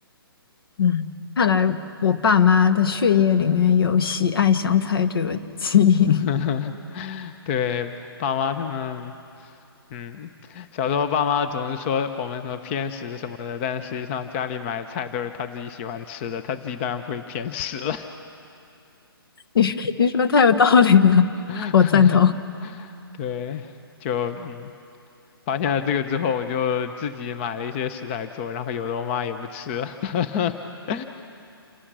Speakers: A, on the left; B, on the left.
A: 嗯，看来我爸妈的血液里面有喜爱香菜这个基因，
B: <laughs> 对，爸妈他们，嗯，小时候爸妈总是说我们什么偏食什么的，但实际上家里买的菜都是他自己喜欢吃的，他自己当然不会偏食了。
A: <laughs> 你你说得太有道理了，
B: <laughs>
A: 我赞同。
B: 对，就嗯。发现了这个之后，我就自己买了一些食材做，然后有的我妈也不吃。<laughs>